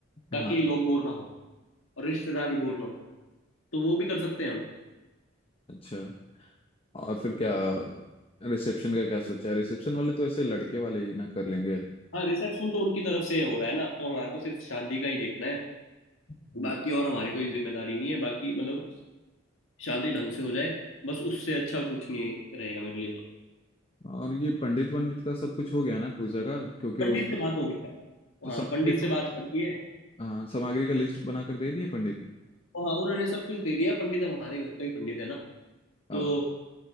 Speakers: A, on the left; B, on the left.
A: ताकि
B: हाँ
A: लोग बोर ना हो और रिश्तेदार भी बोर ना हो तो वो भी कर सकते हैं हम
B: अच्छा और फिर क्या रिसेप्शन का क्या सोचा है रिसेप्शन वाले तो ऐसे लड़के वाले ही ना कर लेंगे
A: हाँ रिसेप्शन तो उनकी तरफ से हो रहा है ना तो हमारे को सिर्फ शादी का ही देखना है
B: हम्म।
A: बाकी और हमारी कोई जिम्मेदारी नहीं है बाकी मतलब शादी ढंग से हो जाए बस उससे अच्छा कुछ नहीं रहेगा मेरे लिए तो
B: और ये पंडित वंडित का सब कुछ हो गया ना पूजा का क्योंकि
A: पंडित
B: उस
A: से
B: तो
A: बात होगी हाँ
B: सामग्री
A: पंडित
B: तो,
A: से बात कर ली है
B: हाँ सामग्री का लिस्ट बनाकर दे दिए पंडित
A: और हाँ उन्होंने सब कुछ दे दिया पंडित हमारे घर का ही पंडित है ना
B: हाँ
A: तो